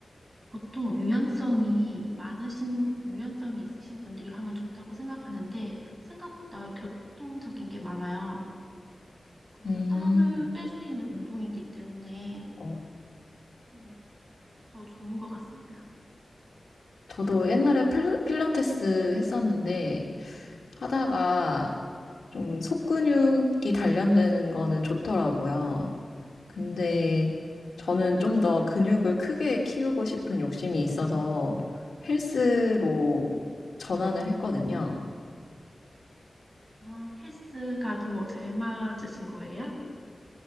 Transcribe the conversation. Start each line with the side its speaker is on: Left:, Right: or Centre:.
Right: 보통 유연성이 많으신, 유연성이 있으신 분들이 하면 좋다고 생각하는데 생각보다 교통적인 게 많아요. 그래서
Left: 음,
Right: 땀을 뺄 수 있는 운동이기 때문에
Left: 어,
Right: 음, 더 좋은 것 같습니다.
Left: 저도 옛날에 필- 필라테스 했었는데 하다가 좀 속근육이 단련되는 거는 좋더라고요. 근데 저는 좀 더 근육을 크게 키우고 싶은 욕심이 있어서 헬스로 전환을 했거든요.
Right: 아, 헬스가 더 잘 맞으신 거예요?